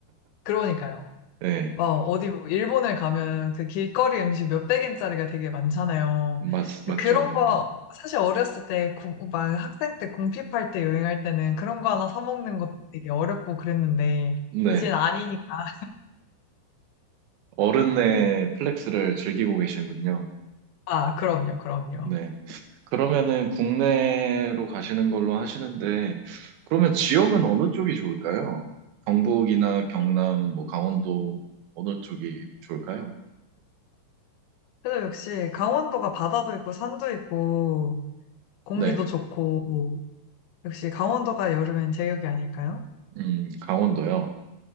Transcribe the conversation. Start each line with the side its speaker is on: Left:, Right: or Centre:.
Left: 그러니까요.
Right: 네,
Left: 막 어디 뭐 일본에 가면 그 길거리 음식 몇백 엔짜리가 되게 많잖아요.
Right: 맞,
Left: 근데
Right: 맞죠.
Left: 그런
Right: 네.
Left: 거 사실 어렸을 때, 공- 막 학생 때 공핍할 때 여행할 때는 그런 거 하나 사 먹는 것도 되게 어렵고 그랬는데
Right: 네.
Left: 이젠 아니니까.
Right: 어른의 플렉스를 즐기고 계시군요.
Left: 아, 그럼요, 그럼요.
Right: 네. 그러면은 국내로 가시는 걸로 하시는데, 그러면 지역은 어느 쪽이 좋을까요? 경북이나 경남,
Left: 음.
Right: 뭐 강원도 어느 쪽이 좋을까요?
Left: 그래서 역시 강원도가 바다도 있고 산도 있고 공기도
Right: 네.
Left: 좋고 역시 강원도가 여름엔 제격이 아닐까요?
Right: 음, 강원도요.